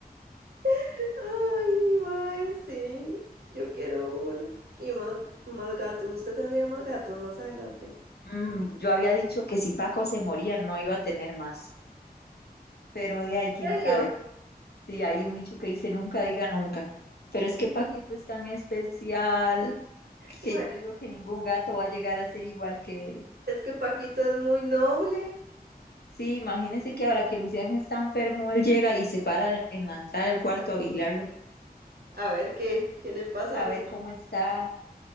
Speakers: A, on the right; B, on the left.
A: Ay, mae, sí. Yo quiero uno. Y más, más gatos. Usted tendría más gatos más adelante.
B: Mm, yo había dicho que si Paco se moría no iba a tener más, pero de ahí quién
A: ¿En
B: sabe.
A: serio?
B: Sí, hay un dicho que dice nunca diga nunca. Pero es que Paquito es tan especial que
A: Bueno,
B: yo digo que ningún gato va a llegar a ser igual que él.
A: es que Paquito es muy noble.
B: Sí, imagínense que ahora que Lucián está enfermo, él llega y se para en la entrada del cuarto a vigilarlo,
A: A ver qué, qué le pasa
B: a
A: al
B: ver
A: humano.
B: cómo está.